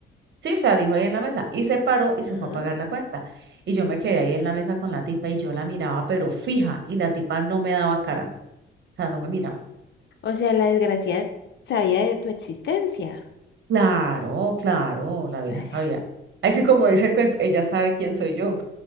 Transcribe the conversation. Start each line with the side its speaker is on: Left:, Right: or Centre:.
Right: Sí, o sea, dijo ahí en la mesa y se paró y se
Left: Ajá.
Right: fue a pagar la cuenta. Y yo me quedé ahí en la mesa con la tipa y yo la miraba, pero fija, y la tipa no me daba cara, o sea, no me miraba.
Left: O sea, la desgracia sabía de tu existencia.
Right: Claro, claro, la vieja
Left: Ay,
Right: sabía. Así como
Left: mucha,
Right: dice el cuento, ella sabe quién soy yo.